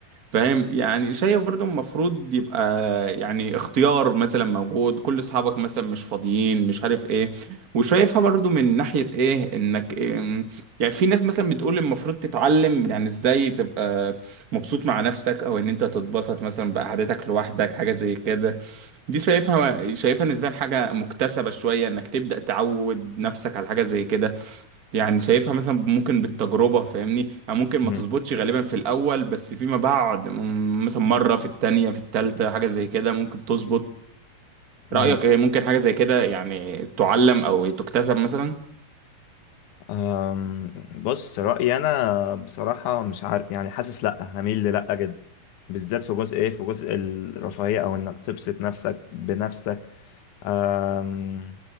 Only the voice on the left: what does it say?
امم
امم
أم، بص رأيي أنا بصراحة مش عارف يعني حاسس لأ هميل لأ جدا بالذات في جزء إيه في جزء الرفاهية أو إنك تبسط نفسك بنفسك أم،